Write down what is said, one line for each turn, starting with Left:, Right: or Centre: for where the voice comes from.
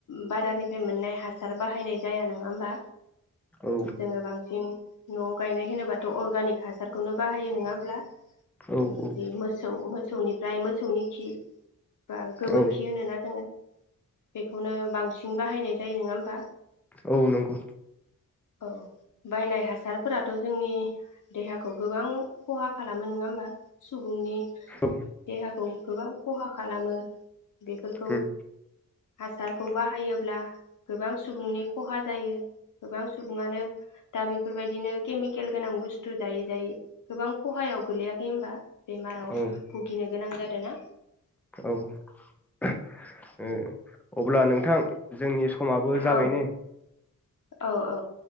Left: बारारनिफ्राय मोननाय हासार बाहायनाय जाया नङा होमबा
Centre: औ
Left: जोङो बांसिन नआव गायनाय होनोबाथ अर्गानिक हासारखौनो बाहायो नङा होमब्ला
Centre: औ
Left: <unintelligible> मोसौ मो मोसौनिफ्राय मोसौनि खि बा गोबोरखि
Centre: औ
Left: होनोना जोङो बेखौनो बांसिन सिं बाहायनाय जायो नङा होमबा
Centre: औ नंगौ
Left: औ बायनाय हासारफोरा थ जोंनि देहाखौ गोबां खहा खालामो नङा होमबा सुबुंनि
Centre: औ
Left: देहाखौ गोबां खहा खालामो बेफोरखौ
Centre: उम
Left: हासारखौ बाहायोब्ला गोबां सुबुंनि खहा जायो गोबां सुबुङानो दा बेफोरबायदिनो केमिकेल गोनां बुस्थु जायै जायै गोबां खहायाव गोलैयाखै होमबा बेमाराव
Centre: औ
Left: भुगिनो गोनां जादों ना
Centre: औ <unintelligible> ओ अब्ला नों नोंथां जोंनि समाबो जाबायनो
Left: औ औ औ